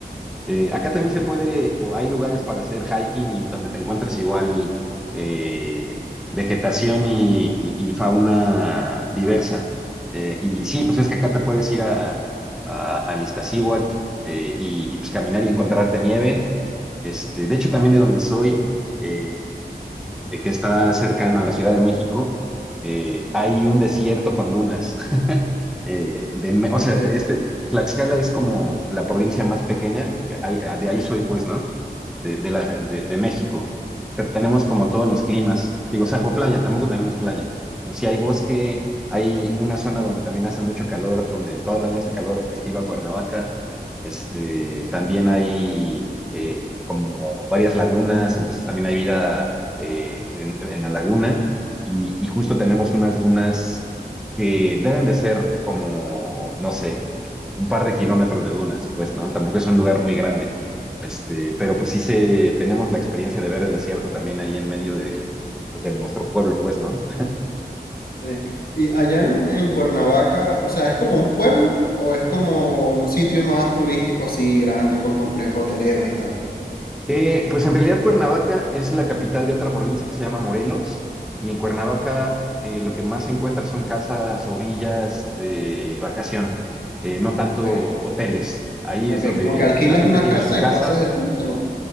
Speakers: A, in the centre; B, on the left.
A: Eh, acá también se puede, o hay lugares para hacer hiking y donde te encuentras igual eh, vegetación y, y- y fauna diversa. Eh, y sí, pues es que acá te puedes ir a, a, al Iztaccíhuatl, eh, y, y, pues caminar y encontrarte nieve. Este, de hecho, también de donde soy, eh, eh, que está cercano a la Ciudad de México, eh, hay un desierto con dunas. <laughs> Eh, de Me- o
B: Ok,
A: sea, este, Tlaxcala es como la provincia más pequeña, que hay- de ahí soy pues, ¿no? De, de la- de- de México. Pero tenemos como todos los climas, digo, salvo playa, tampoco tenemos playa, pero sí hay bosque, hay una zona donde también hace mucho calor, donde todo el año hace calor, estilo a Cuernavaca. Este, también hay eh, como varias lagunas, entonces también hay vida eh, en, en la laguna y, y justo tenemos unas dunas que deben de ser como, no sé, un par de kilómetros de dunas, pues, ¿no? Tampoco es un lugar muy grande. Este, pero pues sí se, tenemos la experiencia de ver el desierto también ahí en medio de, pues, de nuestro pueblo, pues, ¿no?
B: sí. Y allá en, en Cuernavaca, o sea, ¿es como un pueblo o es como un sitio más turístico así grande con complejos hoteleros y tal?
A: Eh, pues en realidad Cuernavaca es la capital de otra provincia que se llama Morelos y en Cuernavaca eh, lo que más se encuentra son casas o villas de vacación, eh, no tanto
B: Ok,
A: hoteles. Ahí
B: Ok,
A: es donde
B: como que alquilas
A: la gente
B: una
A: tiene
B: casa
A: sus casas.
B: y pasas el fin de semana.